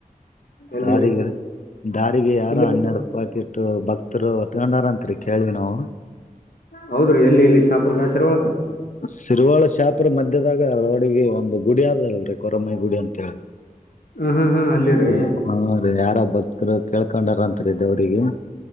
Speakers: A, on the left (about 85°); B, on the left (about 55°).
A: ಎಲ್ಲಿರಿ
B: ದಾರಿಗೆ ದಾರಿಗೆ ಯಾರ
A: ಇಲ್ಲೇ
B: ಹನ್ನೆರಡುೂಪಾಯಕಿ ತೊ ಬಾಕ್ ಹೊತ್ ಗಂಡಾರ ಅತ್ರಿ ಕೇಳಿವ ನಾವು
A: ಹೌದ್ರಿ ಎಲ್ಲಿ ಇಲ್ಲಿ ಶಾಪುರ್ ಗಾಸರಿ ಒಳಗ
B: ಸಿರಿವಾಳ ಶಾಪ್ ಇಪ್ರ ಮಧ್ಯದಾಗ ರೋಡಿಗೆ ಒಂದು ಗುಡಿ ಆದದಲ್ರಿ ಕಮೈಗುಡಿ ಅಂತೇಳಿ
A: ಹ್ಮ್ ಹ್ಮ್ ಹ್ಮ್ ಅಲ್ಲಿ ರೀ
B: ಅ ಹಾ ರೀ ಯಾರೋ ಭಕ್ತರು ಕೆಲಕಂದವರಂತ್ರಿ ದೇವ್ರಿಗೆ